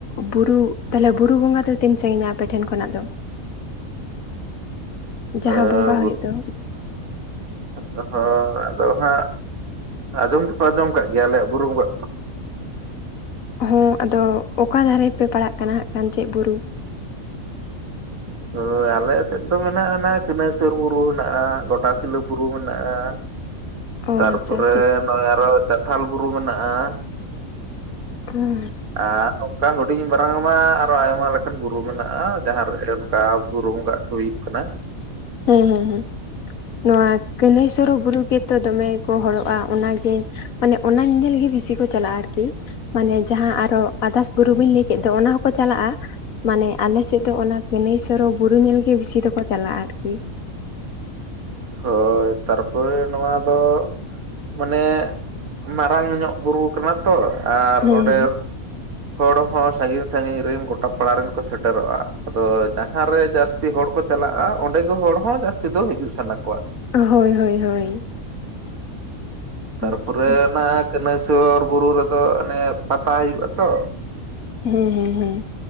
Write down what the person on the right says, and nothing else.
ᱦᱮᱸ
ᱦᱳᱭ ᱟᱫᱚ ᱦᱟᱸᱜ ᱟᱫᱚᱢ ᱫᱚᱯᱮ ᱟᱫᱚᱢ ᱠᱟᱜ ᱜᱮᱭᱟ ᱟᱞᱮᱭᱟᱜ ᱵᱩᱨᱩ ᱵᱚᱸᱜᱟ
ᱦᱳᱭ ᱟᱞᱮ ᱥᱮᱫ ᱫᱚ ᱢᱮᱱᱟᱜᱼᱟᱱᱟ ᱠᱟᱹᱱᱟᱹᱭᱥᱚᱨ ᱵᱩᱨᱩ ᱦᱮᱱᱟᱜᱼᱟ ᱜᱚᱴᱟ ᱛᱤᱞᱟ ᱵᱩᱨᱩ ᱢᱮᱱᱟᱜᱼᱟ
ᱛᱟᱨᱯᱚᱨᱮ
ᱱᱚᱜᱼᱚᱭ ᱟᱨᱚ ᱪᱟᱛᱷᱟᱞ ᱵᱩᱨᱩ ᱢᱮᱱᱟᱜᱼᱟ᱾
ᱟᱨ ᱱᱚᱝᱠᱟ ᱦᱩᱰᱤᱧ ᱢᱟᱨᱟᱝ ᱢᱟ ᱟᱨᱚ ᱟᱭᱢᱟ ᱞᱮᱠᱟᱱ ᱵᱩᱨᱩ ᱢᱮᱱᱟᱜᱼᱟ ᱡᱟᱦᱟᱸ ᱨᱮ ᱚᱱᱠᱟ ᱵᱩᱨᱩ ᱵᱚᱸᱜᱟ ᱦᱩᱭᱩ ᱠᱟᱱᱟ
ᱦᱳᱭ ᱛᱟᱨᱯᱚᱨᱮ ᱱᱚᱣᱟ ᱫᱚ ᱢᱟᱱᱮ ᱢᱟᱨᱟᱝ ᱧᱚᱜ ᱵᱩᱨᱩ ᱠᱟᱱᱟ ᱛᱚ ᱟᱨ
ᱚᱸᱰᱮ
ᱦᱚᱲ ᱦᱚᱸ ᱥᱟᱺᱜᱤᱧ ᱥᱟᱺᱜᱤᱧ ᱨᱮᱱ ᱜᱚᱴᱟ ᱯᱟᱲᱟ ᱨᱮᱱ ᱠᱚ ᱥᱮᱴᱮᱨᱚᱜᱼᱟ ᱟᱫᱚ ᱡᱟᱦᱟᱸᱨᱮ ᱡᱟᱹᱥᱛᱤ ᱡᱟᱹᱥᱛᱤ ᱦᱚᱲ ᱠᱚ ᱪᱟᱞᱟᱜᱼᱟ ᱚᱸᱰᱮ ᱜᱮᱮ ᱦᱚᱲ ᱦᱚᱸ ᱡᱟᱹᱥᱛᱤ ᱫᱚ ᱦᱤᱡᱩᱜ ᱥᱟᱱᱟ ᱠᱚᱣᱟ᱾
ᱛᱟᱨᱯᱚᱨᱮ
ᱚᱱᱟ ᱠᱟᱱᱟᱭ ᱥᱳᱨ ᱵᱩᱨᱩ ᱨᱮᱫᱚ ᱚᱱᱮ ᱯᱟᱛᱟ ᱦᱩᱭᱩᱜᱼᱟ ᱛᱚ᱾